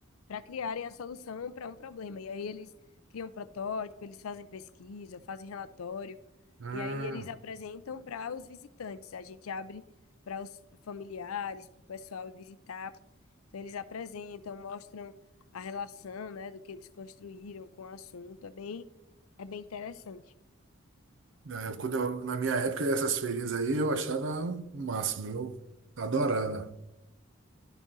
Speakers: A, on the left; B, on the right.
A: para criarem a solução para um problema. E aí eles criam um protótipo, eles fazem pesquisa, fazem relatório,
B: Hum.
A: e aí eles apresentam para os visitantes. A gente abre para os familiares, para o pessoal ir visitar. Então eles apresentam, mostram a relação, né, do que eles construíram com o assunto. É bem, é bem interessante.
B: É, quando eu- na minha época, essas feirinhas aí eu achava o máximo, eu adorava.